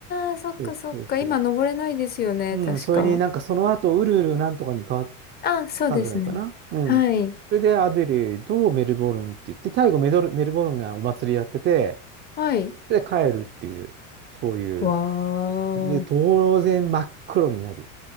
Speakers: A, on the left; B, on the right.
A: ああ、そっかそっか。
B: そうそうそう。
A: 今登れないですよね、
B: うん、
A: 確か。
B: それになんかその後、ウルウルなんとかに変わっ
A: ああ、そうですね。
B: たんじゃないかな。うん。
A: はい。
B: それでアデレード、メルボルンって言って、最後メドル、メルボルンがお祭りやってて、
A: はい。
B: で、帰るっていう、そういう。
A: わー。
B: で、当然真っ黒になり、